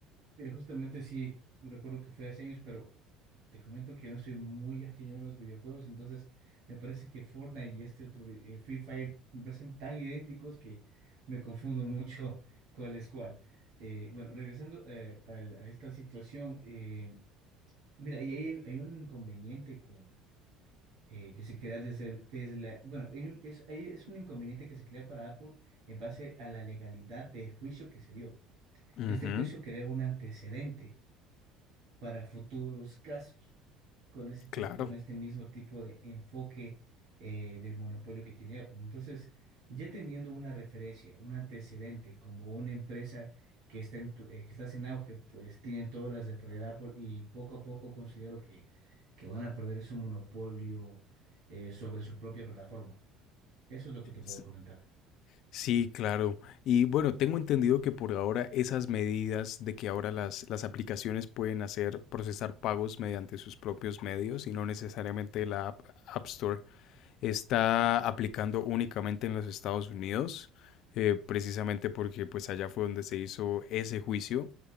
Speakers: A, on the right; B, on the left.
A: Mira, justamente sí, recuerdo que fue hace años, pero te comento que yo no soy muy afín a los videojuegos, entonces me parece que Fortnite y este otro, vi- eh, Free Fire, me parecen tan idénticos que me confundo mucho <laughs> cuál es cuál. Eh, bueno, regresando eh, a, la- a esta situación, eh, mira, y hay, hay un inconveniente con eh, que se crea desde, desde la... Bueno, hay un- es, ahí es un inconveniente que se crea para Apple en base a la legalidad del juicio que se dio.
B: Ujú,
A: Este juicio crea un antecedente para futuros casos con ese tipo,
B: claro.
A: con este mismo tipo de enfoque eh, del monopolio que tiene Apple. Entonces, ya teniendo una referencia, un antecedente, como una empresa que está en tu- eh, que estás en auge, pues tienen todas las de perder Apple y poco a poco considero que, que van a perder ese monopolio eh, sobre su propia plataforma. Eso es lo que te puedo
B: S-
A: comentar.
B: Sí, claro. Y bueno, tengo entendido que por ahora esas medidas de que ahora las, las aplicaciones pueden hacer procesar pagos mediante sus propios medios y no necesariamente la App App Store está aplicando únicamente en los Estados Unidos, eh, precisamente porque pues allá fue donde se hizo ese juicio.